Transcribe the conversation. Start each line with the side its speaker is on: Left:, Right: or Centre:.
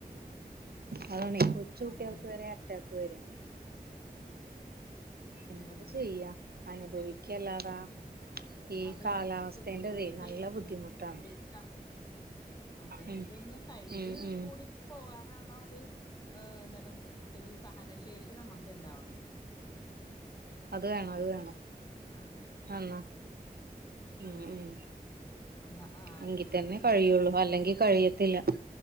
Right: അതാണെ കൊച്ചുകുട്ടിയാൾക്ക്
Left: അതെ അതെ
Right: വരെ അറ്റാക്ക് വരാണ് എന്തപ്പ
Left: ആഹ്
Right: ചെയ്യാം അനുഭവിക്കല്ലാതെ ഈ
Left: അതെ
Right: കാലാവസ്ഥയ്ന്റതെ
Left: ചൂടിന്റെയൊക്കെ
Right: നല്ല ബുദ്ധിമുട്ടാണ്
Left: അതെ
Right: ഉം
Left: ഇതൊന്ന് കഴിഞ്ഞ്
Right: ഉം ഉം
Left: കൂടി പോകാനുള്ള ഒരു എന്താണ്‌ ഒരു സഹനശേഷി നമുക്ക് ഇണ്ടാവണം
Right: അത് വേണം അത് വേണം
Left: ആ
Right: എന്നാ ഉം
Left: ആ
Right: ഉം
Left: എന്നാ ആ
Right: എങ്കിതന്നെ
Left: ഇതിന് ഇതിന്
Right: കഴിയൊള്ളൂ അല്ലെങ്കി കഴിയത്തില്ല.